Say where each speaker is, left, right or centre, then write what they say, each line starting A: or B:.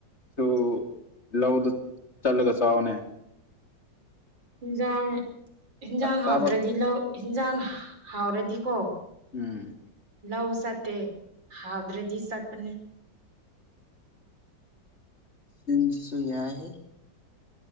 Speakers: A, on the left; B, on the right.
A: ꯊ ꯂꯎꯗ ꯆꯂꯒ ꯆꯅꯦ
B: ꯏꯟꯖꯥꯡ ꯍꯟꯖꯥꯡ
A: ꯆꯥꯕ
B: ꯍꯥꯎꯗ꯭ꯔꯗꯤ ꯂꯧ ꯏꯟꯁꯥꯡ ꯍꯥꯎꯔꯗꯤꯀꯣ
A: ꯎꯝ
B: ꯂꯎ ꯁꯠꯇꯦ ꯍꯥꯎꯗ꯭ꯔꯦ ꯗꯤ ꯁꯥꯠꯄꯅꯦ
A: ꯃꯟꯁꯤꯁꯨ ꯌꯥ ꯍꯥꯏ